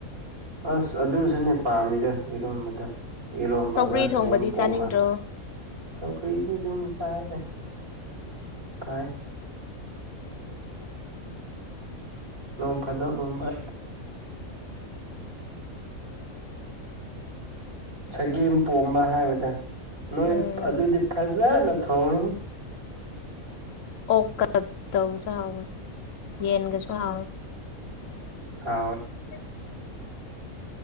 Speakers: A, on the right; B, on the left.
A: ꯑꯁ ꯑꯗꯨꯁꯨꯅꯦ ꯄꯥꯝꯃꯤꯗ ꯏꯔꯣꯟꯝꯕꯗ ꯏꯔꯣꯝꯕꯒ
B: ꯁꯧꯒ꯭ꯔꯤ
A: ꯆꯒꯦꯝ
B: ꯊꯣꯡꯕꯗꯤ
A: ꯄꯣꯝꯕ
B: ꯆꯥꯅꯤꯡꯗ꯭ꯔꯣ
A: ꯁꯀꯔꯤꯗꯤ ꯑꯗꯨꯝ ꯆꯥꯏ ꯐꯥꯏ ꯅꯣꯡ ꯐꯥꯗꯕꯒꯨꯝꯕ ꯆꯒꯦꯝ ꯄꯣꯝꯕ ꯍꯥꯏꯕꯗ ꯅꯣꯏ
B: ꯎꯝ
A: ꯑꯗꯨꯗꯤ ꯐꯥꯔꯁ ꯐꯖ ꯅ ꯊꯣꯡ
B: ꯑꯣꯀ ꯇꯧꯁꯨꯥꯎ ꯌꯦꯟꯒꯁꯨ ꯍꯦ
A: ꯍ
B: <inaudible>